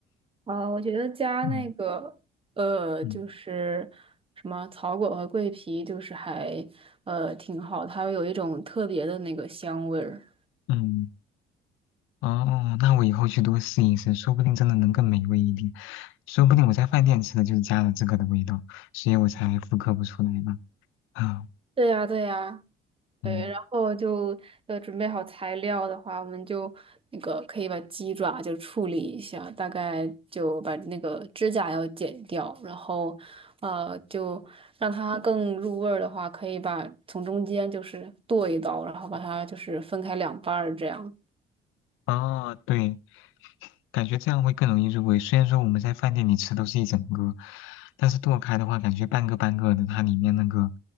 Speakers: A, on the right; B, on the left.
A: 啊，我觉得加那个，
B: 嗯
A: 呃，
B: 嗯
A: 就是什么草果和桂皮，就是还呃挺好，它会有一种特别的那个香味儿。
B: 嗯，哦，那我以后去多试一试，说不定真的能更美味一点。说不定我在饭店吃的就是加了这个的味道，所以我才复刻不出来呢。啊，
A: 对呀，对呀，对，
B: 嗯，
A: 然后就要准备好材料的话，我们就那个可以把鸡爪就处理一下，大概就把那个指甲要剪掉，然后呃就让它更入味儿的话，可以把从中间就是剁一刀，然后把它就是分开两半儿这样。
B: 哦，对，感觉这样会更容易入味。虽然说我们在饭店里吃都是一整个，但是剁开的话，感觉半个半个的，它里面那个